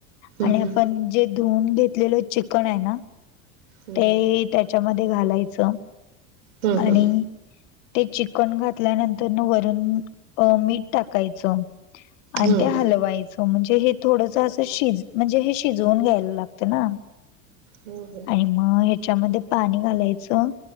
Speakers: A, on the left; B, on the right.
A: आणि
B: हम्म
A: आपण जे धुन घेतलेलं चिकन आहेना
B: हम्म
A: ते. त्याच्यामध्ये घालायचं
B: हम्म हम्म
A: आणि. ते चिकन घातल्यानंतर न वरून अ मीठ टाकायचं. आणि
B: हम्म
A: ते हलवायचं. म्हणजे हे थोडंस असं शिज म्हणजे हे शिजवून घ्यायला लागत ना.
B: हो हो,
A: आणि मग ह्याच्यामध्ये पाणी घालायचं